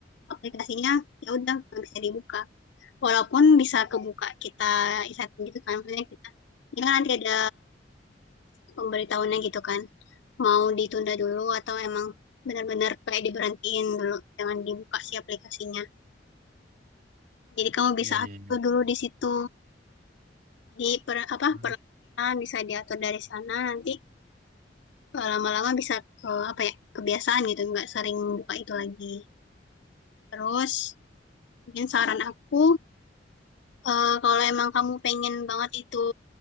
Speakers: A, on the left; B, on the right.
A: aplikasinya ya udah nggak bisa dibuka. Walaupun bisa kebuka kita setting gitu kan, maksudnya kita, ini kan nanti ada pemberitahuannya gitu kan. Mau ditunda dulu atau emang benar-benar kayak diberhentiin dulu, jangan dibuka si aplikasinya. Jadi kamu bisa
B: iya iya
A: atur
B: iya.
A: dulu di situ. Jadi per, apa
B: Eh,
A: perlahan bisa diatur dari sana nanti eh, lama-lama bisa ke apa ya kebiasaan gitu nggak sering buka itu lagi. Terus mungkin saran aku eh, kalau emang kamu pengen banget itu